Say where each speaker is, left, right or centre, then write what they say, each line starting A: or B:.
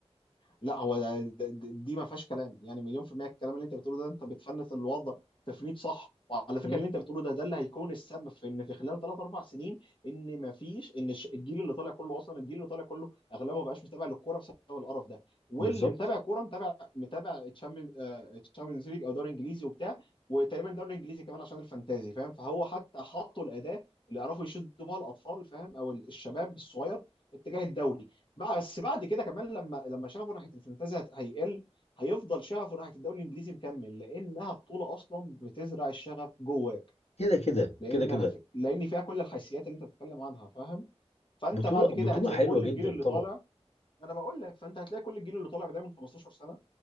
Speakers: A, on the left (about 50°); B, on the left (about 70°).
A: لا هو د- د- دي ما فيهاش كلام يعني مليون في المية الكلام اللي انت بتقوله ده انت بتفنت الوضع تفنيد صح وعلى فكرة
B: مم.
A: اللي انت بتقوله ده ده اللي هيكون السبب في ان في خلال ثلاث اربع سنين ان ما فيش ان الش- الجيل اللي طالع كله اصلا الجيل اللي طالع كله اغلبه ما بقاش متابع للكوره بسبب القرف ده واللي
B: بالظبط
A: متابع كوره متابع متابع تشامبيونز ليج او دوري انجليزي وبتاع وتقريبا دوري انجليزي كمان عشان الفانتازي فاهم فهو حتى حطوا الاداه اللي يعرفوا يشدوا بها الاطفال فاهم او الشباب الصغير اتجاه الدوري بقى بس بعد كده كمان لما لما شغفه ناحيه الفانتازي هت- هيقل هيفضل شغفه ناحيه الدوري الانجليزي مكمل لانها بطوله اصلا بتزرع الشغف جواك
B: كده كده
A: لانها
B: كده كده
A: في... لان فيها كل الحيثيات اللي انت بتتكلم عنها فاهم فانت
B: بطوله
A: بعد كده
B: بطوله
A: هتلاقي
B: حلوه
A: كل
B: جدا
A: الجيل اللي
B: طبعا
A: طالع انا بقول لك فانت هتلاقي كل الجيل اللي طالع بدايه من 15 سنه